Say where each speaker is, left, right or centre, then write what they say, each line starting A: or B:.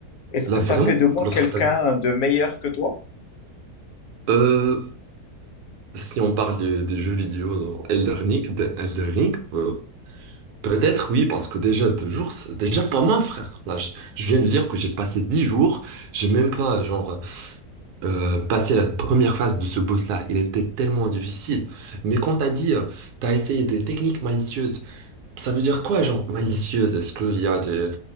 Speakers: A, on the left; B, on the right.
A: est-ce
B: là,
A: que
B: vraiment,
A: ça fait de moi
B: lorsque
A: quelqu'un
B: t'as...
A: de meilleur que toi?
B: Euh, si on parle des, des jeux vidéo dans Elden Ring, de- Elden Ring, euh, peut-être oui, parce que déjà deux jours, c'est déjà pas mal, frère. Là, je, je viens de dire que j'ai passé 10 jours, j'ai même pas, genre, euh, passé la première phase de ce boss-là. Il était tellement difficile. Mais quand t'as dit, euh, t'as essayé des techniques malicieuses, Ça veut dire quoi, genre malicieuse? Est-ce qu'il y a des...